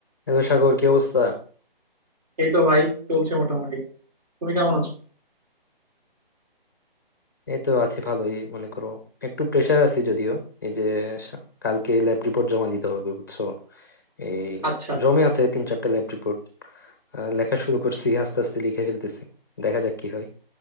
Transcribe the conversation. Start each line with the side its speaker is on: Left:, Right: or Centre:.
Left: Hello Sagar কি অবস্থা
Right: এই তো ভাই চলছে মোটামুটি তুমি কেমন আছো
Left: এই তো আছি ভালোই মনে করো একটু প্রেশার আছি যদিও এই যে সা- কালকে ল্যাব রিপোর্ট জমা দিতে হবে বুঝছো এই
Right: আচ্ছা
Left: জমে আছে তিন চারটা ল্যাব রিপোর্ট লেখা শুরু করছি আস্তে আস্তে লিখে ফেলতেছি দেখা যাক কি হয়